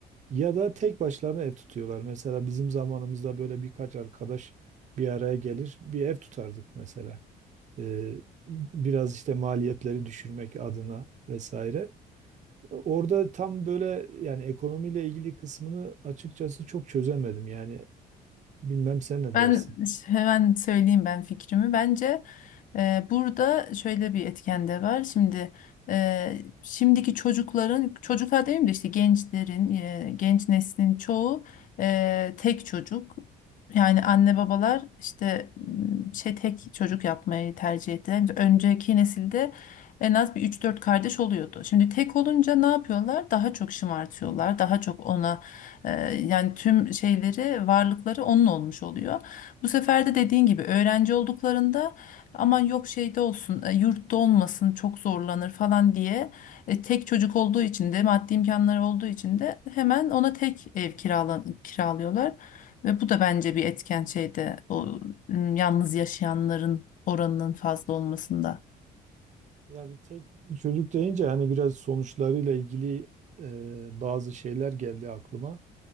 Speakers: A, on the right; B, on the left.
A: ya da tek başlarına ev tutuyorlar. Mesela bizim zamanımızda böyle birkaç arkadaş bir araya gelir bir ev tutardık mesela. E, biraz işte maliyetleri düşürmek adına vesaire. Orada tam böyle yani ekonomiyle ilgili kısmını açıkçası çok çözemedim. Yani bilmem sen ne
B: Ben
A: dersin?
B: hemen söyleyeyim ben fikrimi. Bence e, burada şöyle bir etken de var. Şimdi e, şimdiki çocukların, çocuklar değil de işte gençlerin, e, genç neslin çoğu e, tek çocuk. Yani anne babalar işte m, şey tek çocuk yapmayı tercih ettiler. Önceki nesilde en az bir üç dört kardeş oluyordu. Şimdi tek olunca ne yapıyorlar? Daha çok şımartıyorlar, daha çok ona e, yani tüm şeyleri, varlıkları onun olmuş oluyor. Bu sefer de dediğin gibi öğrenci olduklarında aman yok şeyde olsun, e, yurtta olmasın, çok zorlanır falan diye e, tek çocuk olduğu için de maddi imkanları olduğu için de hemen ona tek ev kirala, kiralıyorlar. Ve bu da bence bir etken şeyde o m, yalnız yaşayanların oranının fazla olmasında.
A: Yani tek çocuk deyince hani biraz sonuçlarıyla ilgili e, bazı şeyler geldi aklıma.